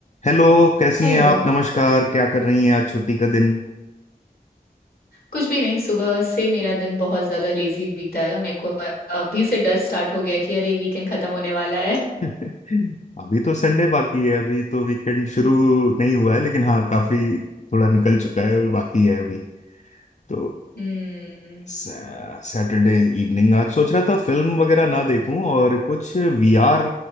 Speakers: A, on the left; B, on the left.
A: Hello कैसी
B: Hello
A: हैं आप नमस्कार क्या कर रही हैं आज छुट्टी का दिन
B: कुछ भी नहीं सुबह से मेरा दिन बहुत ज्यादा लेजी बीता है और मेरे को अभी से डर स्टार्ट हो गया कि अरे वीकेंड खत्म होने वाला है
A: <laughs> अभी तो संडे बाकी है अभी तो वीकेंड शुरू नहीं हुआ है लेकिन हाँ काफी थोड़ा निकल चुका है और बाकी है अभी तो
B: Hmm
A: सैटरडे इवनिंग आज सोच रहा था फिल्म वगैरह ना देखूं और कुछ वीआर